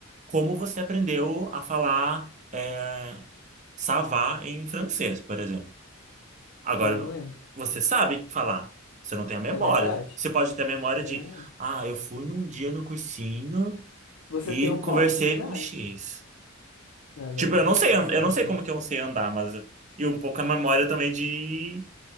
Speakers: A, on the right; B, on the left.
A: como você aprendeu a falar é, ça em francês, por exemplo. Agora,
B: Não, não lembro.
A: você sabe falar, você não tem a memória.
B: É verdade?
A: Você pode ter a memória
B: É
A: de,
B: verdade.
A: ah, eu fui num dia no cursinho
B: Você
A: e
B: tem um
A: conversei
B: ponto, é verdade.
A: com X.
B: Não, é verdade.
A: Tipo, eu não sei,
B: Você
A: an- eu
B: tá
A: não
B: certo.
A: sei como que eu sei andar, mas eu- e um pouco a memória também de